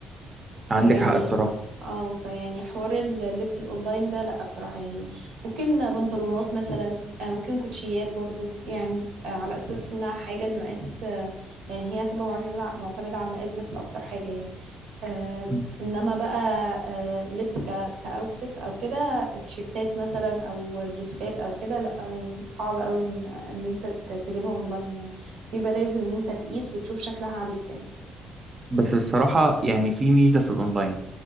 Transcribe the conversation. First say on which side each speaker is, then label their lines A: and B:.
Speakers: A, on the right (about 85°); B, on the right (about 30°).
A: فيعني
B: عندك حق الصراحة
A: اه فيعني حوار اللبس الاونلاين ده لا بصراحة يعني ممكن بنطلونات مثلا آه، ممكن كوتشيات برضو يعني آه، على اساس انها حاجة المقاس آه، يعني هي هتبقى معتمدة معتمدة على المقاس بس اكتر حاجة يعني آه،
B: مم.
A: انما بقى آه، لبس ك كاوتفيت او كده تيشيرتات مثلا او دريسات او كده لا يعني صعب قوي ان ان انت ت- تجيبها اونلاين يعني بيبقى لازم ان انت تقيس وتشوف شكلها عليك يعني
B: بس الصراحة يعني في ميزة في الأونلاين